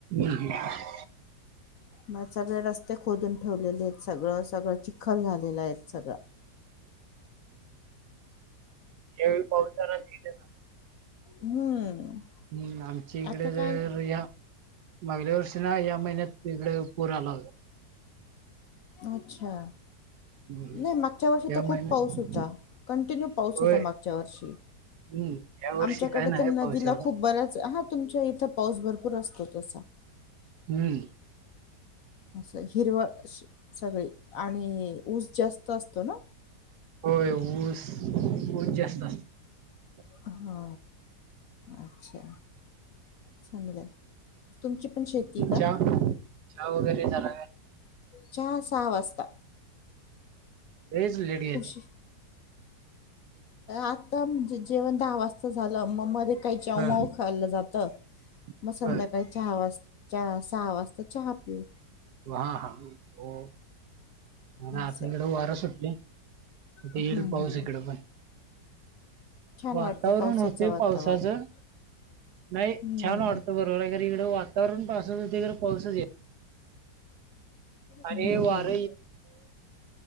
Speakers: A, on the right; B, on the left.
A: हम ह <unintelligible>
B: मग सगळे रस्ते खोदून ठेवलेले आहेत सगळं सगळं चिक खल झालेलं आहे सगळा
A: एव पहचार जथे सांग <unintelligible>
B: हम्म
A: हम्म आमच्या इकडे
B: आता
A: तर
B: काय
A: या मागल्या वर्षी ना या महिन्यात तिकडे पूर आला होता
B: अच्छा
A: हम्म
B: नाही मागच्या वर्षी
A: या
B: तर खूप
A: महिन्यात
B: पाऊस होता कंटिन्यू पाऊस
A: होय
B: होता मागच्या वर्षी
A: हम्म या वर्षी
B: आमच्याकडे
A: काय नाही
B: तर नदीला
A: पाऊस एवढा
B: खूप बऱ्याच हा तुमच्या इथं पाऊस भरपूर असतो तसा
A: हम्म
B: असं हिरवळ शी सगळी आणि ऊस जास्त असतो ना
A: होय ऊस ऊस जास्त असतो
B: हा अच्छा चांगलंय, तुमची पण शेती का?
A: चहा चहा वगैरे झाला काय?
B: चहा सहा वाजता
A: लज लेडीते
B: उशी
A: <unintelligible>
B: आता जेवण दहा वाजता झालं मग मध्ये काही च्याऊमाऊ
A: हा
B: खाल्लं जात मग
A: होय.
B: संध्याकाळी चहा वाजता चहा सहा वाजता चहा पिऊ.
A: हा हा हो आमच्याकडे
B: असं.
A: वार सुटले. येईल
B: हम्म
A: पाऊस
B: हम्म
A: इकडे पण
B: छान
A: वातावरण
B: वाटतं पावसाचं
A: होते
B: वातावरण
A: पावसाचं नाही
B: हम्म
A: छान वाढतं बरोबर अगर इकडं वातावरण पासत होते तर पाऊसच य आणि
B: हम्म
A: ने हे
B: हम्म.
A: वार